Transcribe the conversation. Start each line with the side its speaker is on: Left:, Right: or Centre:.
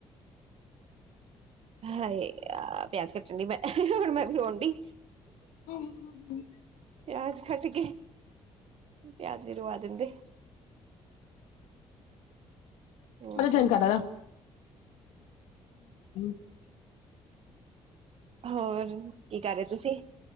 Right: ਹਾਏ, ਆ ਪਿਆਜ ਕੱਟਣ ਡੀ ਮੈਂ, ਹੁਣ ਮੈਂ ਰੋਣ ਦਈ।
Left: ਹੂੰ-ਹੂੰ,
Right: ਪਿਆਜ ਖੱਟ ਕੇ, ਪਿਆਜ ਵੀ ਰਵਾ ਦਿੰਦੇ। ਹਮ
Left: ਮਲ ਹੂੰ, <unintelligible>
Right: ਹੋਰ ਕੀ ਕਰ ਰਹੇ ਤੁਸੀਂ